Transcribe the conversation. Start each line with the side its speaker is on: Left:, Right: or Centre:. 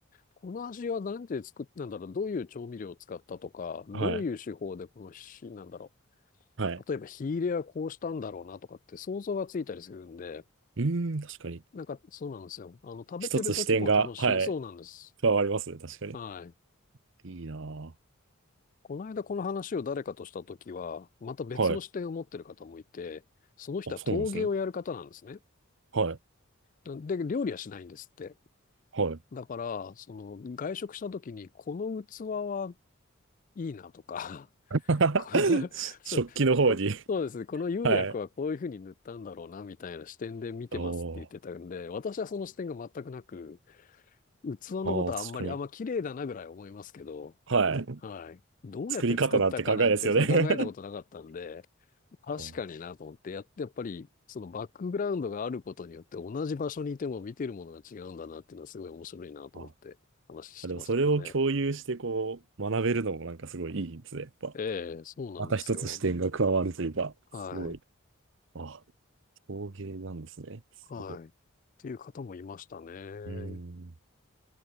Left: この味は何で作っなんだろう、どういう調味料を使ったとか、どういう手法でこの火、
Right: はい。
Left: なんだろ
Right: はい。
Left: う、例えば火入れはこうしたんだろうなとかって想像がついたりするんで、
Right: うーん、確かに。
Left: なんかそうなんですよ。あの、食べてるときも楽しい。
Right: 一つ視点が、はい。
Left: そうなんです。
Right: 加わりますね。確かに。
Left: はい。
Right: いいなぁ。
Left: この間この話を誰かとしたときは、また別の視点を持ってる方もいて、
Right: はい。
Left: その人は陶芸をやる方なんですね。
Right: あ、そうなんですね。はい。
Left: で、料理はしないんですって。
Right: はい。
Left: だから、その外食したときに、この器はいいなとか、
Right: <laughs>
Left: <laughs> このそうこそうですね、
Right: し食器の方に。
Left: この釉薬はこういうふうに塗ったんだろうな、
Right: はい。
Left: みたいな視点で見てますって言ってたんで、
Right: おー。
Left: 私はその視点が全くなく、器のことはあんまり、
Right: あー、確かに。
Left: あ、まあ綺麗だなぐらい思いますけど、
Right: はい。
Left: はい。どうやって作ったかなんて、
Right: 作り方なんて考えですよね。
Left: そう考えたことなかったんで、
Right: <laughs>
Left: 確かになと思って、
Right: か
Left: やって、やっぱり、そのバックグラウンドがあることによって同じ場所にいても見てるものが違うんだなっていうのはすごい面白いなと思って話してましたけどね。
Right: あ、あでもそれを共有してこう学べるのもなんかすごいいいですね。やっぱ。
Left: ええ、そうなんですよ。
Right: また一つ視点が加わるというか、
Left: はい。
Right: すごい。あ、陶芸なんですね。すごい。
Left: はい。
Right: う
Left: っていう方もいましたね。
Right: ーん。